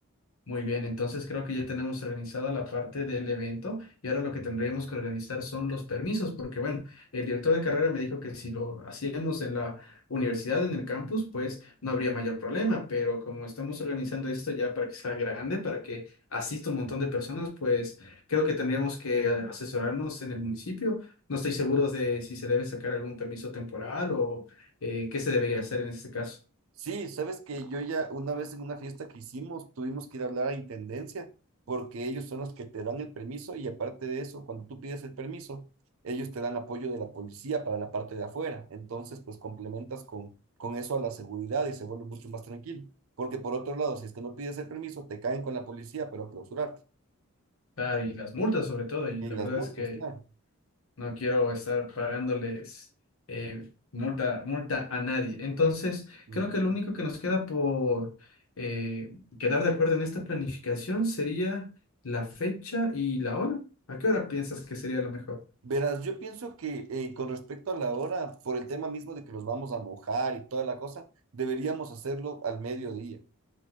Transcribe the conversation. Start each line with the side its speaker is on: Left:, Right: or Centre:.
Left: Muy bien, entonces creo que ya tenemos organizada la parte del evento y ahora lo que tendríamos que organizar son los permisos, porque bueno, el director de carrera me dijo que si lo hacíamos en la universidad, en el campus, pues no habría mayor problema, pero como estamos organizando esto ya para que sea grande, para que asista un montón de personas, pues creo que tendríamos que eh, asesorarnos en el municipio. No estoy seguro de si se debe sacar algún permiso temporal o eh, qué se debería hacer en este caso.
Right: Sí, sabes que yo ya una vez en una fiesta que hicimos tuvimos que ir a hablar a Intendencia porque ellos son los que te dan el permiso y aparte de eso, cuando tú pides el permiso, ellos te dan apoyo de la policía para la parte de afuera. Entonces, pues complementas con, con eso a la seguridad y se vuelve mucho más tranquilo. Porque por otro lado, si es que no pides el permiso, te caen con la policía, pero a clausurarte.
Left: Ah, y las multas sobre todo, y
Right: Y
Left: la
Right: las
Left: verdad
Right: multas,
Left: es que...
Right: claro.
Left: No quiero estar pagándoles eh, multa, multa a nadie. Entonces,
Right: Mm.
Left: creo que lo único que nos queda por eh, quedar de acuerdo en esta planificación sería la fecha y la hora. ¿A qué hora piensas que sería lo mejor?
Right: Verás, yo pienso que eh, con respecto a la hora, por el tema mismo de que los vamos a mojar y toda la cosa, deberíamos hacerlo al mediodía.